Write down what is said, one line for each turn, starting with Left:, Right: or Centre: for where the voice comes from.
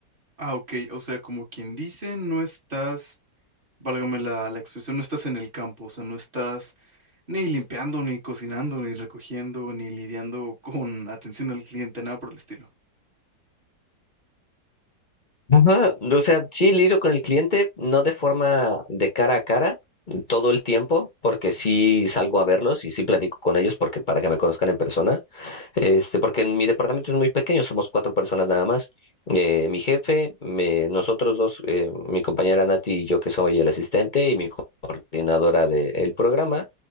Right: Ah, ok, o sea, como quien dice, no estás, válgame la, la expresión, no estás en el campo, o sea, no estás ni limpiando, ni cocinando, ni recogiendo, ni lidiando con atención al cliente, nada por el estilo.
Left: Ajá, o sea, sí lidio con el cliente, no de forma de cara a cara todo el tiempo, porque sí salgo a verlos y sí platico con ellos porque para que me conozcan en persona, Este, porque en mi departamento es muy pequeño, somos cuatro personas nada más. Eh, mi jefe, me- nosotros dos, eh, mi compañera Nati y yo que soy el asistente y mi coordinadora del programa.